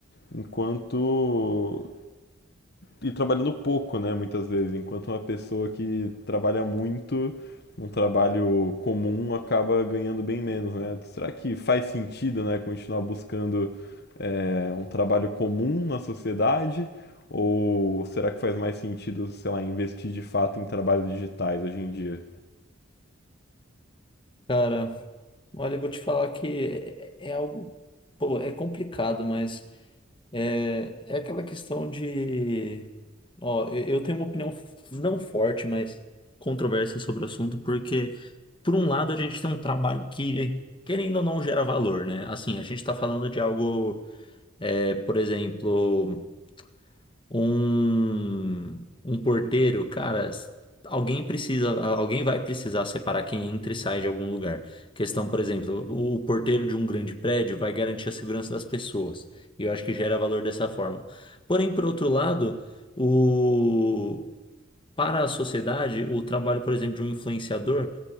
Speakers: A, on the left (about 55°); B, on the left (about 25°).
A: enquanto e trabalhando pouco, né, muitas vezes, enquanto uma pessoa que trabalha muito, um trabalho comum, acaba ganhando bem menos, né? Será que faz sentido, né, continuar buscando é, um trabalho comum na sociedade? Ou será que faz mais sentido, sei lá, investir de fato em trabalhos digitais hoje em dia?
B: Cara, olha, eu vou te falar que é, é algo, pô, é complicado, mas É, é aquela questão de. Ó, eu eu tenho uma opinião f- não forte, mas controversa sobre o assunto, porque, por um lado, a gente tem um trabalho que, querendo ou não, gera valor, né? Assim, a gente está falando de algo, é, por exemplo um, um porteiro, cara, s- alguém precisa, a- alguém vai precisar separar quem entra e sai de algum lugar. Questão, por exemplo, o, o porteiro de um grande prédio vai garantir a segurança das pessoas. E eu acho que gera valor dessa forma. Porém, por outro lado, o Para a sociedade, o trabalho, por exemplo, de um influenciador